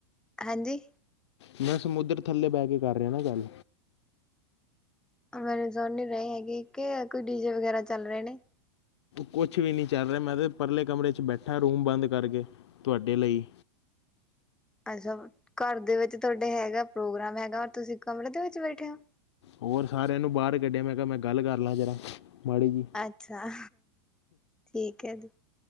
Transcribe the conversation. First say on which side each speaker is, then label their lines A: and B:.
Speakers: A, in the centre; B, on the left (about 75°).
A: ਹਾਂਜੀ?
B: ਮੈਂ ਸਮੁੰਦਰ ਥੱਲੇ ਬਹਿ ਕੇ ਕਰ ਰਿਹਾ ਨਾ ਗੱਲ।
A: ਮੈਨੂੰ ਸੁਣ ਨੀ ਰੀ ਹੈਗੀ ਕਿ ਕੋਈ ਡੀਜੇ ਵਗੈਰਾ ਚੱਲ ਰਹੇ ਨੇ?
B: ਕੁਛ ਵੀ ਨਹੀਂ ਚੱਲ ਰਿਹਾ, ਮੈਂ ਤਾਂ ਪਰਲੇ ਕਮਰੇ ਚ ਬੈਠਾ ਰੂਮ ਬੰਦ ਕਰਕੇ ਤੁਹਾਡੇ ਲਈ।
A: ਅੱਛਾ ਘਰ ਦੇ ਵਿੱਚ ਤੁਹਾਡੇ ਹੈਗਾ ਪ੍ਰੋਗਰਾਮ ਹੈਗਾ ਔਰ ਤੁਸੀਂ ਕਮਰੇ ਦੇ ਵਿੱਚ ਬੈਠੇ ਓ?
B: ਹੋਰ ਸਾਰਿਆਂ ਨੂੰ ਬਾਹਰ ਕੱਢਿਆ ਮੈਂ ਕਿਹਾ ਮੈਂ ਗੱਲ ਕਰ ਲਵਾਂ ਜ਼ਰਾ ਮਾੜੀ ਜੀ।
A: ਅੱਛਾ, ਠੀਕ ਏ ਜੀ।